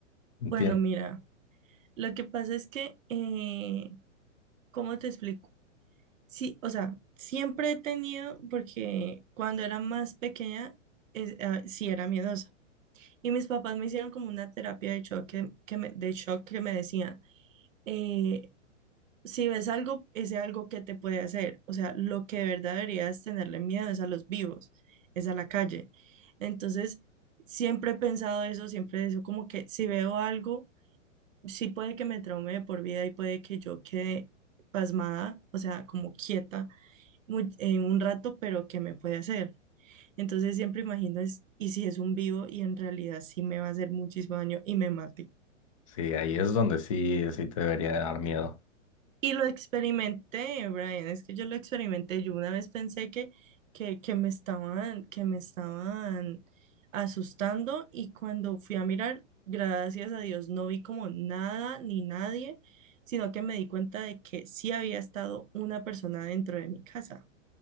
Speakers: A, on the left; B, on the right.
A: ¿Entiendes?
B: Bueno, mira, lo que pasa es que, eh, ¿cómo te explico? Sí, o sea, siempre he tenido, porque cuando era más pequeña, es- ah, sí era miedosa. Y mis papás me hicieron como una terapia de shock que, que me, de shock que me decían, eh, si ves algo, ese algo que te puede hacer. O sea, lo que de verdad deberías tenerle miedo es a los vivos, es a la calle. Entonces, siempre he pensado eso, siempre eso, como que si veo algo, sí puede que me traume de por vida y puede que yo quede pasmada, o sea, como quieta muy- en un rato, pero ¿qué me puede hacer? Entonces siempre imagino es, y si es un vivo y en realidad sí me va a hacer muchísimo daño y me mata
A: Sí, ahí es donde sí, sí te debería dar miedo.
B: Y lo experimenté, Brian, es que yo lo experimenté. Yo una vez pensé que, que, que me estaban, que me estaban asustando y cuando fui a mirar, gracias a Dios, no vi como nada ni nadie, sino que me di cuenta de que sí había estado una persona dentro de mi casa.